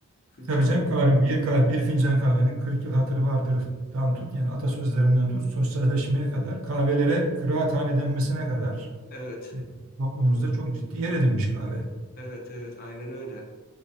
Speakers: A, on the left; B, on the right.
A: Kültürel
B: Tabii canım kahve, bir, kahve, bir fincan kahvenin 40 yıl hatırı vardır'dan tut yani atasözlerinden tut sosyalleşmeye kadar kahvelere kıraathane denmesine kadar
A: evet.
B: e, toplumumuzda çok ciddi yer edinmiş kahve.
A: Evet evet aynen öyle.